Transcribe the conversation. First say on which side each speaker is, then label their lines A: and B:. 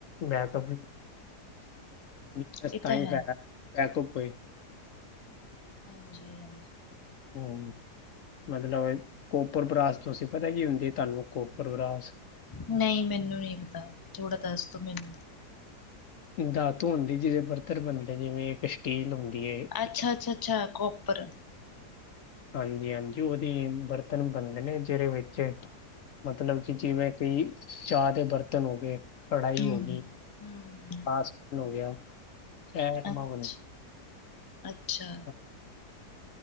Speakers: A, on the left (about 60°); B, on the left (about 15°).
A: ਬੈਕਅਪ <unintelligible>
B: ਇਹ
A: <inaudible> ਬੈਕਪ
B: ਤਾਂ ਹੈ।
A: ਕੋਈ
B: ਹਾਂਜੀ ਹਾਂਜੀ।
A: ਹੂੰ ਮਤਲਬ ਕੋਪਰ ਬਰਾਸ ਤੁਸੀਂ ਪਤਾ ਕੀ ਹੁੰਦੀ ਤੁਹਾਨੂੰ ਕੋਪਰ ਬਰਾਸ?
B: ਨਹੀਂ ਮੈਨੂੰ ਨਹੀਂ ਪਤਾ, ਥੋੜਾ ਦੱਸ ਤੋ ਮੈਨੂੰ।
A: ਧਾਤੋ ਦੀ ਜਿਹਦੇ ਬਰਤਰਨ ਬਣਦੇ, ਜਿਵੇਂ ਇੱਕ ਸਟੀਲ ਹੁੰਦੀ ਇਹ।
B: ਅੱਛਾ ਅੱਛਾ ਅੱਛਾ ਕੋਪਰ।
A: ਹਾਂਜੀ ਹਾਂਜੀ, ਉਹਦੀ ਬਰਤਨ ਬਣਦੇ ਨੇ ਜਿਹਦੇ ਵਿੱਚ ਮਤਲਬ ਕਿ ਜਿਵੇਂ ਕਿ ਚਾਹ ਦੇ ਬਰਤਨ ਹੋ ਗਏ। ਕੜ੍ਹਾਈ
B: ਹਮ
A: ਹੋ ਗਈ
B: ਹਮ
A: ਆ ਸਪੂਨ ਹੋ ਗਿਆ ਇਹ ਐਟਮਾਂ
B: ਅੱਛਾ
A: ਬਣ
B: ਅੱਛਾ
A: <inaudible>